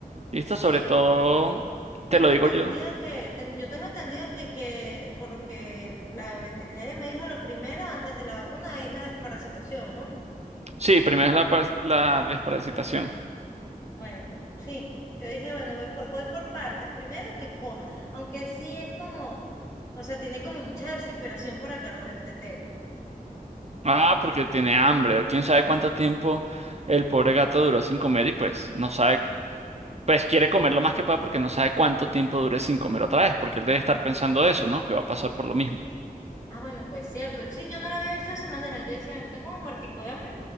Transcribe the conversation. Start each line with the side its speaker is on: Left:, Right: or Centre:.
Right: ¿Listo?
Left: Sí,
Right: Sobre todo,
Left: tengo
Right: te lo digo
Left: entendido
Right: yo.
Left: que, tengo, yo tengo entendido que, que por lo que la veterinaria me dijo, lo primero antes de la vacuna es la desparasitación, ¿no?
Right: Sí, primero es la, par- la desparasitación.
Left: Bueno, sí, yo dije, bueno, voy por, voy por partes. Primero que coma, aunque sí es como, o sea, tiene como mucha desesperación por agarrar el tetero.
Right: Ah, porque tiene hambre, o quién sabe cuánto tiempo el pobre gato duró sin comer y pues no sabe pues quiere comer lo más que pueda porque no sabe cuánto tiempo dure sin comer otra vez, porque él debe estar pensando eso, ¿no? Que va a pasar por lo mismo.
Left: Ah, bueno, pues cierto. Sí, yo no lo había visto de esa manera. Yo decía, bueno, está como muertico de hambre,